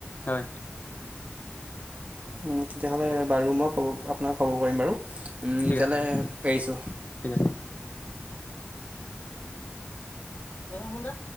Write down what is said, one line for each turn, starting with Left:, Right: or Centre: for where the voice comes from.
Left: হয়।
Right: উম' তেতিয়াহ'লে বাৰু মই খবৰ আপোনাক খবৰ কৰিম বাৰু।
Left: ঠিক
Right: এতিয়ালৈ
Left: আছে, ঠিক আছে,
Right: এৰিছোঁ
Left: ঠিক আছে। <unintelligible> হুন্দা